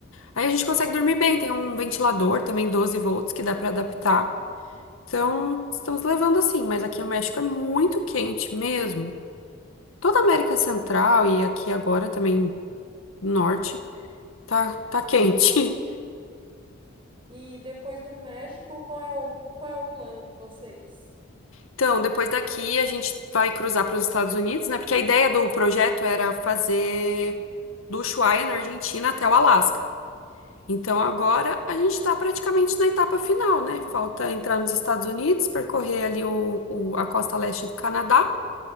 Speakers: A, on the left; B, on the right.
A: Aí a gente consegue dormir bem. Tem um ventilador também, 12 volts, que dá pra adaptar. Então, estamos levando assim. Mas aqui no México é muito quente mesmo. Toda a América Central e aqui agora também Norte, tá, tá quente. <laughs>
B: E depois do México, qual é o qual é o plano de vocês?
A: Então, depois daqui a gente vai cruzar para os Estados Unidos, né? Porque a ideia do projeto era fazer do Ushuaia, na Argentina, até o Alasca. Então agora a gente está praticamente na etapa final, né? Falta entrar nos Estados Unidos, percorrer ali o, o- a costa leste do Canadá